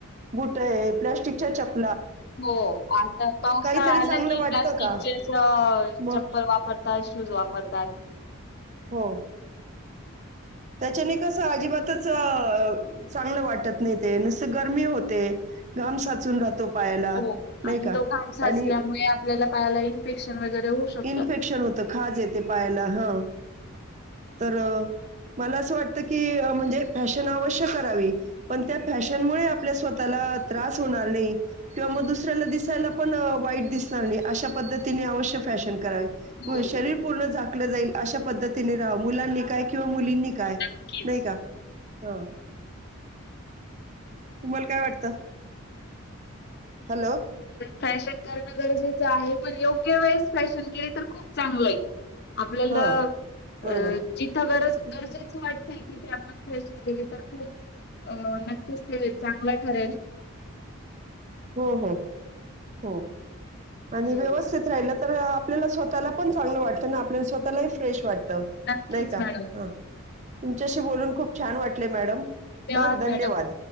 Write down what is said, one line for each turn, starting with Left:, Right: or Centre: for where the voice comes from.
Right: बुट हे प्लास्टिकच्या चप
Left: हो आता पावसाळा
Right: काहीतरी
Left: आला
Right: चांगलं
Left: की
Right: वाटतं
Left: प्लास्टिकचे
Right: का?
Left: च अ
Right: मग
Left: चप्पल वापरता. श <unintelligible> वापरतात.
Right: हो. त्याच्याने कस अजिबातच अ चांगलं वाटत नाही ते नुसत गरमी होते घाम साचून राहतो. पायाला,
Left: हो
Right: नाही
Left: आणि
Right: का?
Left: तो घाम साचल्यामुळे
Right: आणि
Left: आपल्याला पायाला इन्फेक्शन वगैरे होऊ शकतं.
Right: इन्फेक्शन होतं खाज येते पायाला हा. तर मला अस वाटत की म्हणजे अ फॅशन अवश्य करावी पण त्या फॅशनमुळे आपल्या स्वतःला त्रास होणार नाही किंवा मग दुसऱ्याला दिसायला पण अ वाईट दिसणार नाही अशा पद्धतीने अवश्य फॅश त्यान कराय.
Left: हो
Right: प शरीर पूर्ण झा <unintelligible> जाईल अशा पद्धतीने राहा मुलांनी काय किंवा मुलींनी काय
Left: नक्कीच.
Right: नाही का ह. तुम्हाला काय वाटतं. हॅलो.
Left: फॅशन करणं गरजेचं आहे पण योग्य वेळेस फॅशन केले तर खूप चांगलं हे. आपल्याला
Right: हा
Left: अ
Right: बरोबर
Left: जिथं गरज गरजेचं वाटत तीथे आपण फॅशन गेली तर खूप अ नक्कीच ते चांगलं ठरेल.
Right: हो हो. हो. आणि
Left: हो.
Right: व्यवस्थित राहिलं. तर आपल्याला स्वतःला पण चांगलं वाटतं ना आपल्याला स्वतःलाही फ्रेश वाटतं. त
Left: नक्कीच
Right: नाही का
Left: मॅडम
Right: ह. तुमच्याशी बोलून खूप छान वाटले मॅडम.
Left: तेवाद
Right: हां धन्यवाद
Left: मॅडम.